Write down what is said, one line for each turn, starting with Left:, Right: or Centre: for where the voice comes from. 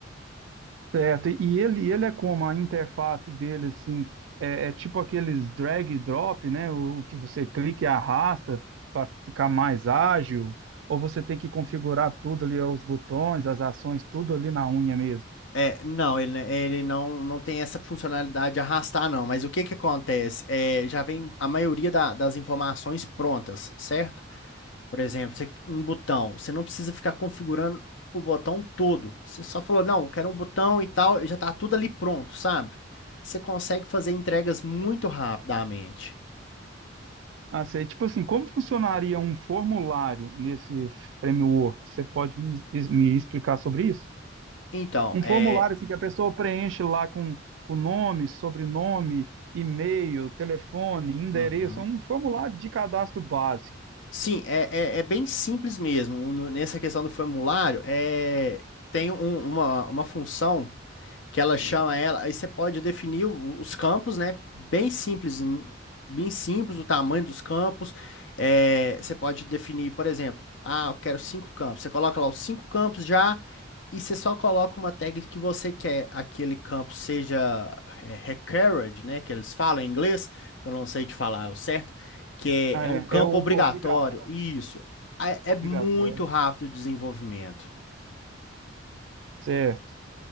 Right: Certo. E ele, ele é como a interface dele, assim, é, é tipo aqueles drag e drop, né? O que você clica e arrasta para ficar mais ágil, ou você tem que configurar tudo ali, os botões, as ações, tudo ali na unha mesmo.
Left: É, não, ele, ele não, não tem essa funcionalidade de arrastar, não. Mas o que que acontece? É, já vem a maioria da- das informações prontas, certo? Por exemplo, você- um botão, você não precisa ficar configurando o botão todo. Você só falou, não, eu quero um botão e tal, e já tá tudo ali pronto, sabe? Você consegue fazer entregas muito rapidamente.
Right: Ah, sei. Tipo assim, como funcionaria um formulário nesse framework? Você pode me, me explicar sobre isso?
Left: Então,
Right: Um
Left: é.
Right: formulário assim, que a pessoa preenche lá com, com nome, sobrenome, e-mail, telefone, endereço,
Left: Uhum.
Right: é um formulário de cadastro básico.
Left: Sim, é, é, é bem simples mesmo. No- Nessa questão do formulário, é, tem um- uma, uma função. que ela chama ela, aí você pode definir o- os campos, né? Bem simples, hum, bem simples o tamanho dos campos. É, você pode definir, por exemplo, ah, eu quero cinco campos. Você coloca lá os cinco campos já e você só coloca uma tag que você quer aquele campo seja é, required, né? Que eles falam em inglês, que eu não sei te falar o certo, que
Right: Ah,
Left: é, é um campo
Right: É, é o-
Left: obrigatório.
Right: obrigatório,
Left: Isso. É,
Right: obrigatório.
Left: é muito rápido o desenvolvimento.
Right: Certo.